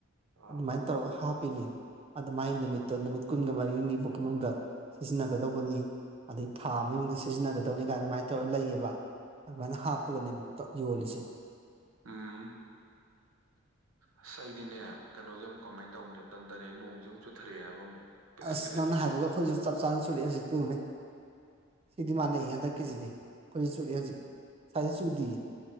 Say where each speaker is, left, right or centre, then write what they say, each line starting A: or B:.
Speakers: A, on the right (about 85°); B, on the right (about 30°).
A: ꯑꯥ
B: ꯑꯗꯨꯃꯥꯏꯅ ꯇꯧꯔꯒ ꯍꯥꯞꯄꯤꯅꯤ ꯑꯗꯨ ꯃꯥꯏ ꯅꯨꯃꯤꯠꯇꯣ ꯅꯨꯃꯤꯠ ꯀꯨꯟꯒ ꯃꯔꯤꯅꯤꯐꯥꯎꯒꯤ ꯃꯅꯨꯡꯗ ꯁꯤꯖꯤꯟꯅꯒꯗꯧꯕꯅꯤ ꯑꯗꯩ ꯊꯥ ꯃꯌꯨꯝꯗ ꯁꯤꯖꯤꯟꯅꯒꯗꯧꯅꯤ ꯀꯥꯏꯅ ꯑꯗꯨꯃꯥꯏꯅ ꯇꯧꯔꯒ ꯂꯩꯌꯦꯕ ꯑꯗꯨꯃꯥꯏꯅ ꯍꯥꯞꯄꯒꯅꯦꯕ ꯄꯞ ꯌꯣꯜꯂꯤꯁꯦ
A: ꯎꯝ ꯑꯁ ꯑꯩꯗꯤꯅꯦ ꯀꯩꯅꯣꯁꯦ ꯑꯃꯨꯛ ꯀꯃꯥꯏꯅ ꯇꯧꯅꯦ ꯇꯟꯊꯔꯛꯑꯦ ꯅꯣꯡꯁꯦ ꯑꯃꯨꯛ ꯆꯨꯊꯔꯛꯑꯦ ꯍꯥꯏꯕ ꯑꯃꯨꯛ ꯄꯤꯗ꯭ꯔꯤꯛ
B: ꯑꯁ
A: ꯄꯤꯗ꯭ꯔꯤꯛ
B: ꯅꯪꯅ
A: ꯄꯤꯗ꯭ꯔꯤꯛ
B: ꯍꯥꯏꯕꯒ ꯑꯩꯈꯣꯏꯁꯨ ꯆꯞ ꯆꯥꯅ ꯆꯨꯔꯛꯑꯦ ꯍꯧꯖꯤꯛꯇ ꯌꯤꯡꯎꯅꯦ ꯁꯤꯗꯤ ꯃꯥꯟꯅꯩ ꯍꯟꯗꯛꯀꯤꯁꯤꯗꯤ ꯑꯩꯈꯣꯏꯅ ꯆꯨꯔꯦ ꯍꯧꯖꯤꯛ ꯁ꯭ꯋꯥꯏꯗ ꯆꯨꯗꯔꯤꯌꯦ